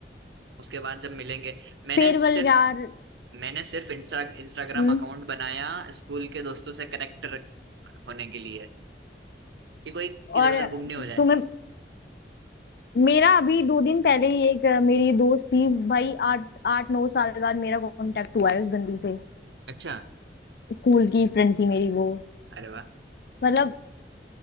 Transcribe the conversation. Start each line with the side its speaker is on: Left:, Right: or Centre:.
Right: उसके बाद जब मिलेंगे मैंने
Left: फेयरवेल
Right: सिर्फ
Left: यार
Right: मैंने सिर्फ इंस्टा इंस्टाग्राम
Left: हम्म
Right: अकाउंट बनाया स्कूल के दोस्तों से कनेक्ट होने के लिए कि कोई
Left: और
Right: इधर उधर गुम नहीं हो जाए
Left: तुम्हें मेरा अभी दो दिन पहले ही एक अ, मेरी दोस्त थी भाई आठ आठ नौ साल बाद मेरा कांटेक्ट हुआ है उस बंदी से
Right: अच्छा
Left: स्कूल की फ्रेंड थी मेरी वो
Right: अरे वाह
Left: मतलब